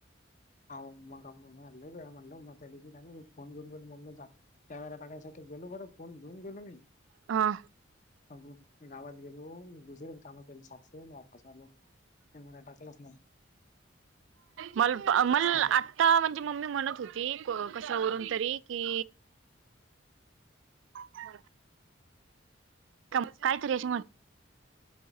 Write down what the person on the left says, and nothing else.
अहो मगा लय वेळा म्हणालो त्या दिवशी त्यानी फोन घेऊ गेलो मम्मीचा कॅमेरा बघायसाठी तर गेलो बर फोन घेऊन गेलो मी.
अग मी गावात गेलो दुसरेच काम केलो सातशे मग वापस आलो कॅमेरा टाकलाच नाही.
सांग